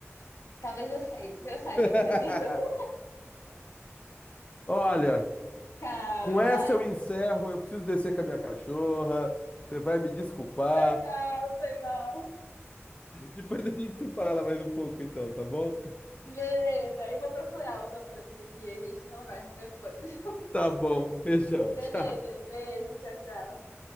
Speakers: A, on the left; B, on the left.
A: Talvez eu saiba, eu saiba,
B: <laughs>
A: deixa eu ver. <laughs>
B: Olha,
A: Calma.
B: com essa
A: Ah,
B: eu encerro. Eu preciso descer com a minha cachorra. Você vai me desculpar.
A: foi mal, foi mal.
B: Depois a gente se fala mais um pouco, então, tá bom?
A: Beleza, eu vou procurar os atores aqui, a gente conversa depois.
B: Tá bom, beijão,
A: <laughs> Beleza,
B: tchau.
A: beijo, tchau, tchau.